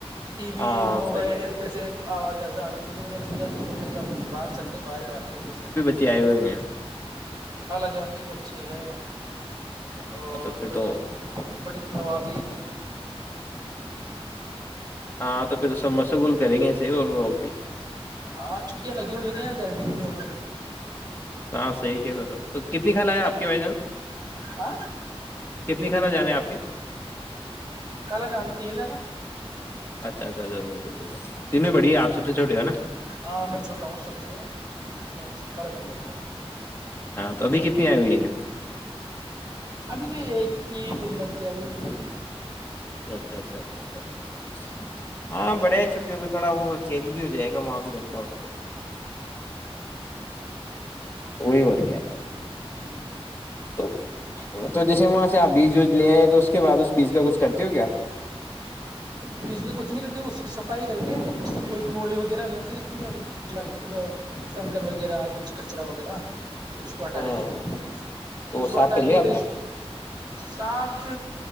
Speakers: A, on the right; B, on the left.
A: ٹی وی
B: ہاں
A: موبائل
B: صحیح ہے
A: جسے آاز آ رہیھی پھر میں نے سوچا چلوٹھیک آپ کو باہ چلتے بارے باتیں ہوگ سیح
B: کیا آئے ہوئے میں
A: کالا جان کے بچے ہیں
B: ہاں
A: اور
B: تو پھر
A: بڑے
B: تو
A: بڑی سوار بھی
B: ہاں تو پھر سب مشغول کریں گے سے اور بھی
A: ہاں چھٹیں لگی ہوئی ہے ن ا جار م پے
B: ساں صحی کہ تو کتنی خلا ہے آپ کے بھائی جان
A: ہ
B: کتنی خالہ جان ہے آپ کے
A: کال جانتی ہے نا نا
B: اچھا اچھا تینو بڑی ہے آ سب سے چھوٹیے ہو نا
A: ہاں میں چھوٹا ہوں سب اس سے اور س کارا دن بڑھیا
B: ابھیت آ ہے
A: ابھی تو ایک کی لڑکی آئی ہوئی ہے
B: اچھا اچھا اچھ اچا اچا چ ہاں بڑے ہے چھٹی پ تھوڑا وہ چلی بھی جائے گا وہاں بھی بتا ہوتے وہئیو کے
A: <unintelligible>
B: تو جیسے وہاں سے آپ بیج وج لے آئے تو اس کے بعد اس بیج کا کچھ ک کرتی ہو کیا
A: پیس کے کچھ نہیں کرتے اس کی صفائی کر کے بس کوئی گھولی وغیرہتیچ لکی کنکر وغیرہ کچھ کچرا وغیرہ تو اس کو ہٹا
B: ہاں
A: لیتے ہیں
B: تو
A: اس
B: وہ
A: کو
B: صاف
A: ہٹا
B: کر
A: کے
B: لیا
A: پھر
B: آپ نے
A: سات